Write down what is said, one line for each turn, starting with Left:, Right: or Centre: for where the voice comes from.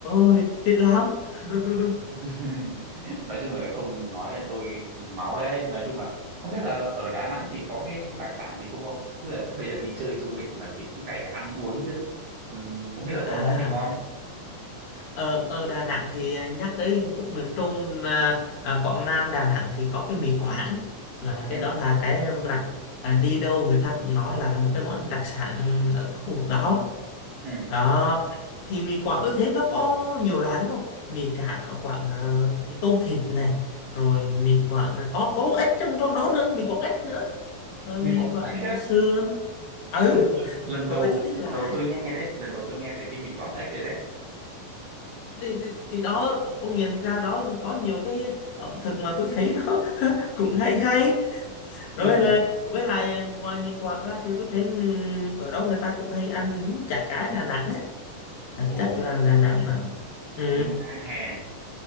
Left: ơi thích lắm <laughs>
Right: <laughs> nói chung là ông nói là tôi máu đấy nói chung là không biết là ở Đà Nẵng thì có cái đặc sản gì không không tức là bây giờ đi chơi du lịch mà thì cũng phải ăn uống chứ ừ, không biết là
Left: à
Right: có món gì ngon
Left: ở ở Đà Nẵng thì à, nhắc tới khúc miền Trung à, à, Quảng Nam Đà Nẵng thì có cái mì Quảng là
Right: ừ,
Left: cái đó là cái mà à, đi đâu người ta cũng nói là một cái món đặc sản ở cái khu vực đó
Right: ừ.
Left: đó thì mì Quảng tôi thấy nó có nhiều loại đúng không mì cả Quảng à, như tôm thịt này rồi mì Quảng là có có ếch trong trong đó nữa mì Quảng ếch nữa rồi
Right: mì
Left: mì
Right: Quảng
Left: Quảng
Right: Ếch á
Left: sườn ừ
Right: Ui, lần, lần
Left: bởi
Right: đầu
Left: vì tôi thấy lạ
Right: lần đầu tôi nghe đấy lần đầu tôi nghe về cái mì Quảng Ếch rồi đấy
Left: thì, thì, thì đó con nhìn ra đó có nhiều cái ẩm thực mà tôi thấy nó <laughs> cũng hay hay rồi
Right: Ừ. <laughs>
Left: là với lại à, ngoài mì Quảng ra thì tôi thấy ừm, ở đó người ta cũng hay ăn bún chả cá Đà Nẵng á À,
Right: ồ
Left: chắc là Đà Nẵng là ừ
Right: cũng đang hè